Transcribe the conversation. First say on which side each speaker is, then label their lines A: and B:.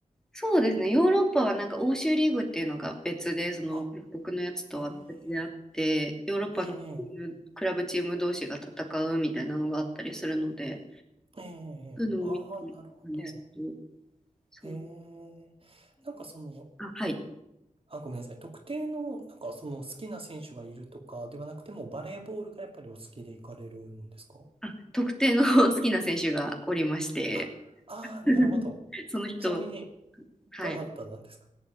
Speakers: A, in the centre; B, on the right.
A: そうですね。ヨーロッパはなんか欧州リーグっていうのが別で、その各国のやつとは別であって、
B: あ、へえ、
A: ヨーロッパの
B: ええ、
A: クラブチーム同士が戦うみたいなのがあったりするので、
B: ええ、ええ、
A: そういうのも見て
B: ああ、なるほど。
A: るんですけど、そう。
B: へえ、なんかその、
A: あ、はい。
B: あ、ごめんなさい。特定の、なんかその好きな選手がいるとかではなくても、バレーボールがやっぱりお好きで行かれるんですか
A: あ特定の <laughs> 好きな選手がおりまして、
B: あ、ああ、
A: <laughs>
B: なるほど。
A: その人、
B: ちなみに、
A: はい、
B: どなたなんですか